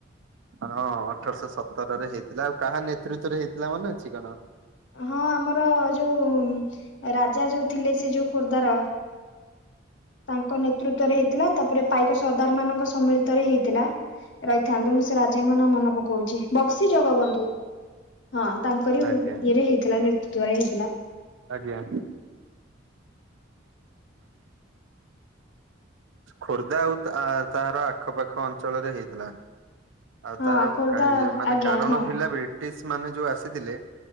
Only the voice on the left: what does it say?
ହଁ ଆମର ଯୋଉ ରାଜା ଯୋଉ ଥିଲେ ସେ ଯୋଉ ଖୋର୍ଦ୍ଧାର। ତାଙ୍କ ନେତୃତରେ ହେଇଥିଲା ତାପରେ ପାଇକ ସର୍ଦ୍ଦାର ମାନଙ୍କ ସମ୍ମିଳିତରେ ହେଇଥିଲା ରଇଥାନ୍ତୁ ସେ ରାଜାଙ୍କ ନଁ ମନ ପକ କୋଉଚି ବକ୍ସି ଜଗବନ୍ଧୁ ହଁ ତାଙ୍କରି ଇଏରେ
ହେଇଥିଲା ନେତୃତରେ ହେଇଥିଲା।
ହଁ
ଖୋର୍ଦ୍ଧା
ଆଜ୍ଞା
ହଁ